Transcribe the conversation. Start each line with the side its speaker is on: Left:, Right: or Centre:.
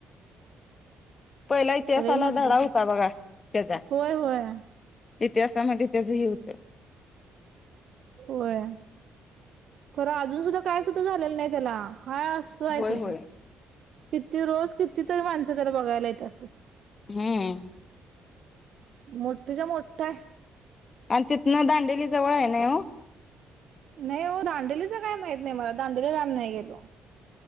Left: पहिला इतिहासाला
Right: लय मजबूत
Left: धडा होता बघा त्याचा
Right: होय होय
Left: इतिहासामध्ये त्याच हे होतं
Right: होय खरं अजून सुद्धा काय सुद्धा झालेलं नाही त्याला हा असो आहे
Left: होय
Right: ते
Left: होय
Right: किती रोज कितीतरी माणसं त्याला बघायला येत असतील
Left: हम्म
Right: मोठ्ठच्या मोठ्ठ हाय
Left: आणि तिथन दांडेली जवळ आहे ना हो
Right: नाही हो दांडलीच काय माहित नाही मला दांडेलीला नाही गेलो